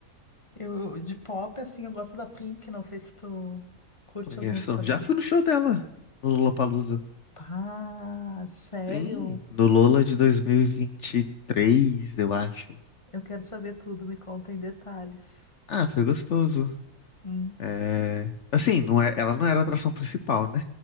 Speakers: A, on the left; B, on the left.
A: Eu, de pop, assim, eu gosto da Pink, não sei se tu curte
B: Conheço.
A: as músicas
B: Já
A: dela.
B: fui no show dela, no Lollapalooza.
A: Capaz, sério?
B: Sim, no Lola de dois mil e e vinte e três, eu acho.
A: Eu quero saber tudo, me conta em detalhes.
B: Ah, foi gostoso.
A: Hum.
B: É, assim, não é, ela não era a atração principal, né?